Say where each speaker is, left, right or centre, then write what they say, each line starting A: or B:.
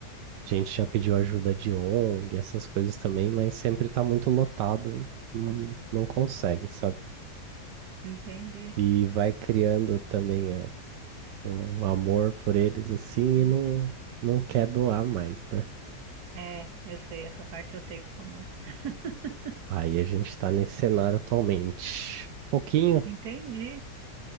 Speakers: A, on the right; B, on the right.
A: A gente já pediu ajuda de ONG, essas coisas também, mas sempre tá muito lotado, não, não consegue, sabe?
B: Entendi.
A: E vai criando também ó, um amor por eles assim
B: Nossa.
A: e não, não quer doar mais, né?
B: É, eu sei, essa parte eu sei como é. <laughs>
A: Aí a gente tá nesse cenário atualmente. Pouquinho?
B: Entendi.